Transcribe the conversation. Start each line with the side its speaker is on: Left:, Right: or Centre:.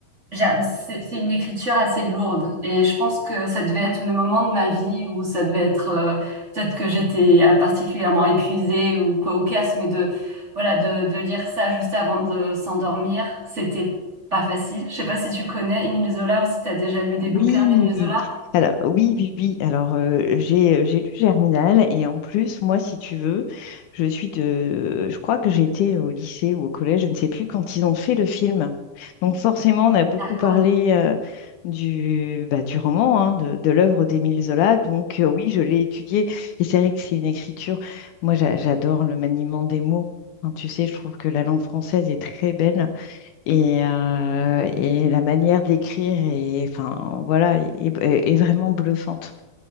Right: j'a- c'est c'est une écriture assez lourde. Et je pense que ça devait être le moment de ma vie où ça devait être, euh, peut-être que j'étais euh, particulièrement épuisée ou quoi, ou casse, mais de, voilà, de, de lire ça juste avant de s'endormir, c'était pas facile. Je sais pas si tu connais Émile Zola ou si tu as déjà lu des
Left: Oui,
Right: bouquins d'Émile Zola.
Left: alors oui, oui, oui. Alors euh, j'ai euh, j'ai lu Germinal et en plus, moi, si tu veux, je suis de, je crois que j'étais au lycée ou au collège, je ne sais plus quand ils ont fait le film. Donc forcément, on a beaucoup
Right: D'accord.
Left: parlé euh, du bah, du roman, hein, de, de l'œuvre d'Émile Zola. Donc euh, oui, je l'ai étudié et c'est vrai que c'est une écriture. Moi, j'a- j'adore le maniement des mots. Hein, tu sais, je trouve que la langue française est très belle. Et, euh, et la manière d'écrire est, enfin, voilà, est, est- est vraiment bluffante.